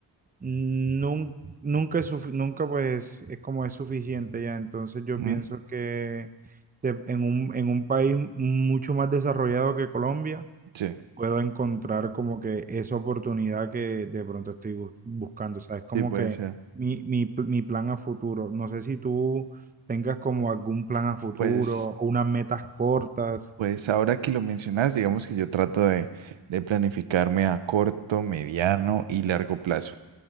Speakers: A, on the right; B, on the right.
A: nun- nunca es sufi- nunca pues es como es suficiente ya. Entonces yo
B: Mm,
A: pienso que de- en un, en un país mucho más desarrollado que Colombia,
B: Sí,
A: puedo encontrar como que esa oportunidad que de pronto estoy bus- buscando. sabes
B: sí,
A: como
B: puede
A: que
B: ser.
A: mi, mi, pl- mi plan a futuro. No sé si tú tengas como algún plan a futuro
B: Pues,
A: o unas metas cortas.
B: pues ahora que lo mencionas, digamos que yo trato de, de planificarme a corto, mediano y largo plazo.